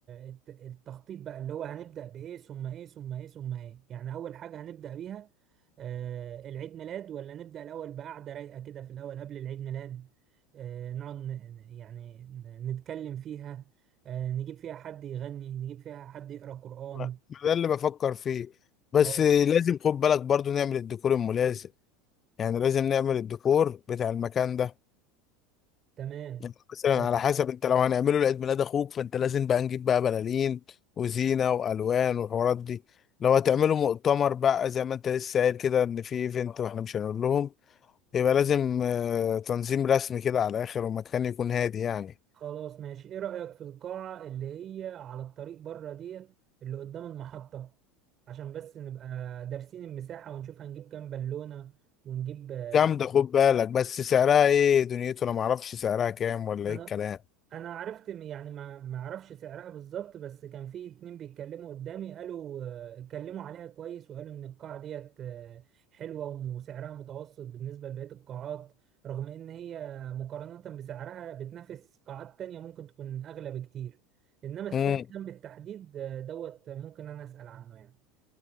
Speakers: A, on the right; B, on the left.
A: الت- التخطيط بقى اللي هو هنبدأ بايه ثم ايه ثم ايه ثم ايه يعني اول حاجة هنبدأ بيها آه العيد ميلاد ولا نبدأ الاول بقعدة رايقة كده في الاول قبل العيد ميلاد آه نقعد ن- يعني ن- نتكلم فيها آه نجيب فيها حد يغني نجيب فيها حد يقرأ قرآن
B: ما ده اللي بفكر فيه بس
A: اه
B: لازم خد بالك برضه نعمل الديكور الملازم يعني لازم نعمل الديكور بتاع المكان ده
A: تمام
B: يعني مثلا
A: آه،
B: على حسب انت لو هنعمله لعيد ميلاد اخوك فانت لازم بقى نجيب بقى بلالين وزينة والوان والحوارات دي لو هتعملوا مؤتمر بقى زي ما انت لسه قايل كده ان في ايفنت واحنا مش هنقول لهم يبقى لازم آه، تنظيم رسمي كده على الاخر ومكان يكون هادي يعني
A: خلاص ماشي ايه رأيك في القاعة اللي هي على الطريق بره ديت اللي قدام المحطة عشان بس نبقى دارسين المساحة ونشوف هنجيب كام بالونة ونجيب آه،
B: جامدة خد بالك بس سعرها ايه دنيته انا معرفش سعرها كام ولا
A: انا
B: ايه الكلام
A: انا عرفت م- يعني ما ما اعرفش سعرها بالظبط بس كان في اتنين بيتكلموا قدامي قالوا آه، اتكلموا عليها كويس وقالوا ان القاعة ديت آه، حلوة وسعرها متوسط بالنسبة لبقية القاعات رغم ان هي مقارنة بسعرها بتنافس قاعات تانية ممكن تكون اغلى بكتير انما السعر
B: امم
A: كان بالتحديد آه، دوت ممكن انا اسأل عنه يعني